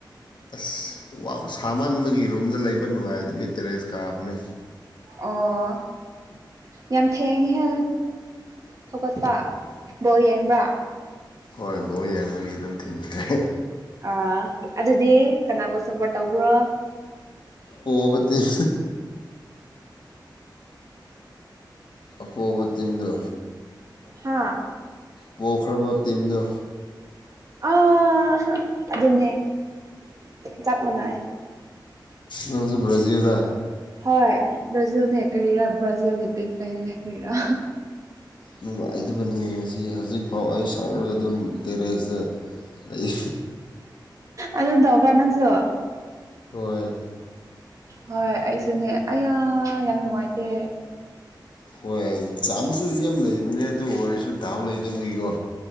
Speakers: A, on the left; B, on the right.
A: ꯑꯁ ꯋꯥ ꯁꯥꯃꯟꯕꯒꯤ ꯔꯨꯝꯗ ꯂꯩꯕ ꯅꯨꯡꯉꯥꯏꯇꯕꯩ ꯇꯦꯔꯦꯁ ꯀꯥꯕꯅꯦ
B: ꯑꯣ ꯌꯥꯝ ꯊꯦꯡꯉꯦꯍꯦ ꯍꯧꯒꯠꯄ ꯕꯣꯜ ꯌꯦꯡꯕ꯭ꯔꯥ
A: ꯍꯣꯏ ꯕꯣꯜ ꯌꯦꯡꯕꯒꯤ ꯑꯗꯨꯝ ꯊꯦꯡꯈ꯭ꯔꯦ
B: ꯑꯥ ꯑꯗꯨꯗꯤ ꯀꯅꯥꯕꯨ ꯁꯞꯄꯣꯔꯠ ꯇꯧꯕ꯭ꯔꯣ
A: ꯄꯣꯕ ꯇꯤꯝ ꯑꯄꯣꯕ ꯇꯤꯝꯗꯣ
B: ꯍꯥꯥ
A: ꯄꯣꯈ꯭ꯔꯕ ꯇꯤꯝꯗꯣ
B: ꯑꯥ ꯑꯗꯨꯅꯦ ꯆꯞ ꯃꯥꯟꯅꯩ
A: ꯅꯪꯁꯨ ꯕ꯭ꯔꯥꯖꯤꯜ ꯂ
B: ꯍꯣꯏ ꯕ꯭ꯔꯥꯖꯤꯜꯅꯦ ꯀꯔꯤꯔꯥ ꯕ꯭ꯔꯥꯖꯤꯜꯒꯤ ꯕꯤꯛ ꯐꯦꯟꯅꯦ ꯀ꯭ꯔꯤꯔ
A: ꯅꯨꯡꯉꯥꯏꯇꯕꯅꯤ ꯉꯁꯤ ꯍꯧꯖꯤꯛꯐꯥꯎ ꯑꯩ ꯁꯥꯎꯔꯒ ꯑꯗꯨꯝ ꯇꯦꯔꯦꯁꯇ ꯂꯩ
B: ꯑꯗꯨ ꯇꯧꯕ꯭ꯔꯥ ꯅꯪꯁꯨ
A: ꯍꯣꯏ
B: ꯍꯣꯏ ꯑꯩꯁꯨꯅꯦ ꯑꯩꯌꯥ ꯌꯥꯝ ꯅꯨꯡꯉꯥꯏꯇꯦ
A: ꯍꯣꯏ ꯆꯥꯟꯁꯨ ꯌꯥꯝ ꯂꯩꯕꯅꯦ ꯑꯗꯨ ꯑꯣꯏꯔꯁꯨ ꯗꯥꯥꯎ ꯂꯩꯇꯕꯒꯤꯀꯣ